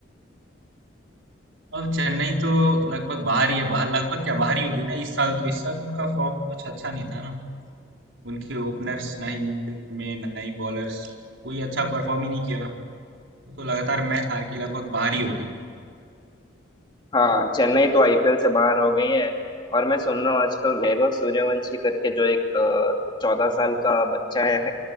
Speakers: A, on the right (about 80°); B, on the left (about 25°).
A: अब चेन्नई तो लगभग बाहर ही है बाहर लगभग क्या बाहर ही होगी ना इस साल तो इस साल उनका फॉर्म कुछ अच्छा नहीं था ना उनके ओपनर्स ना ही middle में ना ही बॉलर्स कोई अच्छा परफॉर्म ही नहीं किया वो तो लगातार मैच हार के लगभग बाहर ही हो गई
B: हाँ चेन्नई तो आईपीएल से बाहर हो गई है और मैं सुन रहा हूँ आजकल वैभव सूर्यवंशी करके जो एक चौदह साल का बच्चा है